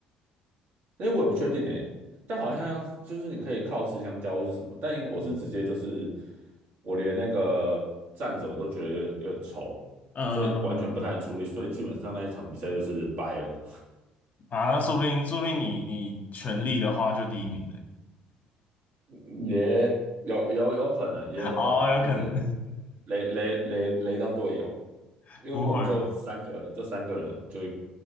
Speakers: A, on the right; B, on the left.
A: 那我也不确定诶，但好像要就是你可以靠吃香蕉或是什么，但因为我是直接就是我连那个站着我都觉得有点有点抽，
B: 嗯，
A: 所以完全不太能处理，所以基本上那一场比赛就是掰了，
B: 啊，那说不定，说不定你你全力的话就第一名嘞。
A: <laughs> 也有有有可能也有可能，
B: 哦，有可能，
A: 但是雷雷雷雷到队友，
B: <laughs>
A: 因为我们就三个就三个人就
B: 不会了，